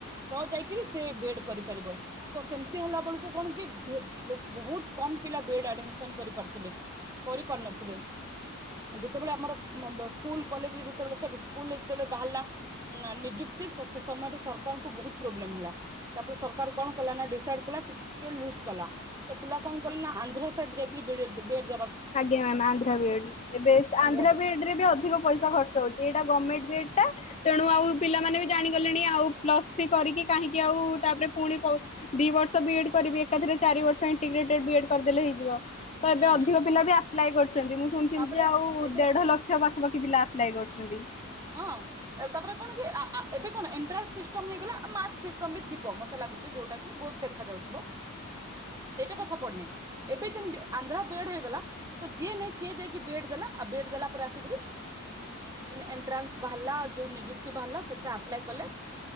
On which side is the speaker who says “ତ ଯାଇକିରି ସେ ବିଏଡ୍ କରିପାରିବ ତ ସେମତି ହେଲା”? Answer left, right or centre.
Right